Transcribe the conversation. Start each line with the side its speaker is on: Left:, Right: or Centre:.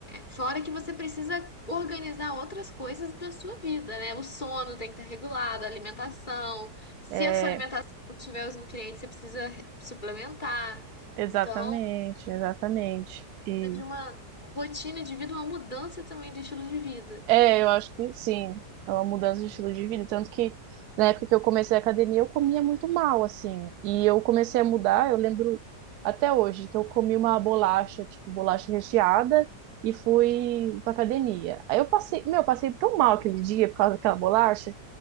Left: Fora que você precisa organizar outras coisas da sua vida, né? O sono tem que estar regulado, a alimentação. Se
Right: É,
Left: a sua alimentação não tiver os nutrientes, você precisa re- suplementar.
Right: exatamente,
Left: Então,
Right: exatamente. E
Left: precisa de uma rotina de vida, uma mudança também do estilo de vida.
Right: é, eu acho que sim, é uma mudança de estilo de vida. Tanto que na época que eu comecei a academia, eu comia muito mal, assim. E eu comecei a mudar, eu lembro até hoje que eu comi uma bolacha, tipo bolacha recheada, e fui pra academia. Aí eu passei, meu, eu passei tão mal aquele dia por causa daquela bolacha